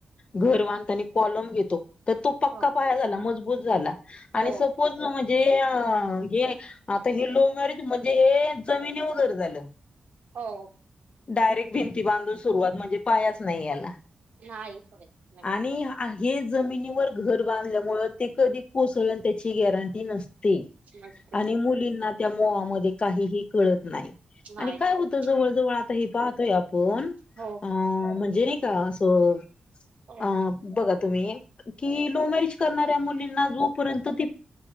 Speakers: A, on the left; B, on the right.
A: घर बांधतानी कॉलम घेतो. तर तो पक्का
B: हो
A: पाया झाला मजबूत. झाला
B: हो
A: आणि सपोज ज ह हे आता हे लो मॅरेज म्हणजे हे जमिनी वगैरे झाले.
B: हो..
A: डायरेक्ट भिंती बांधून सुरुवात म्हणजे पायाच नाही याला.
B: नाही सवय बरोबर.
A: आणि हा- हे जमिनीवर घर बांधल्यामुळ ते कधी कोसळन त्याची गॅरंटी नसते.
B: चार्ट.
A: आणि मुलींना त्या मोहामध्ये काहीही कळत नाही.
B: नाही
A: आणि काय
B: करत
A: होत, जवळ जवळ आता हे पाहतोय आपण
B: हो
A: अ म्हणजे नाही का होय.
B: हो
A: अ बघा तुम्ही, कि लव्ह मॅरेज करणाऱ्या मुलींना जोपर्यंत ती